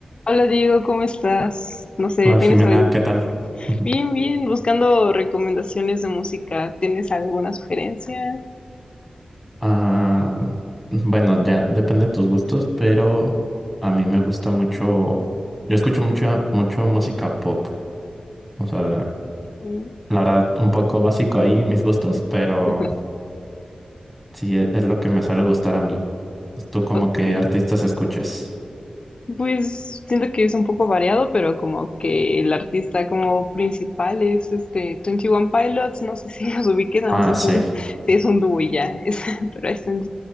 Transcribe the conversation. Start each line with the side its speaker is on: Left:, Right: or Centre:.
Left: Hola Diego, ¿cómo estás? No sé,
Right: Hola
Left: ¿tienes
Right: Jimena,
Left: algo?
Right: ¿qué tal? <laughs>
Left: Bien, bien, buscando recomendaciones de música. ¿Tienes alguna sugerencia?
Right: Ah, bueno, ya depende de tus gustos, pero a mí me gusta mucho, yo escucho mucha, mucho música pop, o sea,
Left: Mm.
Right: la verdad, un poco básico ahí mis gustos, pero
Left: <laughs>
Right: sí e- es lo que me suele gustar a mí. ¿Tú como
Left: Ok.
Right: qué artistas escuchas?
Left: Pues siento que es un poco variado, pero como que el artista como principal es este Twenty One Pilots, no sé si <laughs> los ubiques, no,
Right: Ah,
Left: sé, es
Right: sí,
Left: un, sí, es un dúo y ya, es- <laughs> pero ahí están,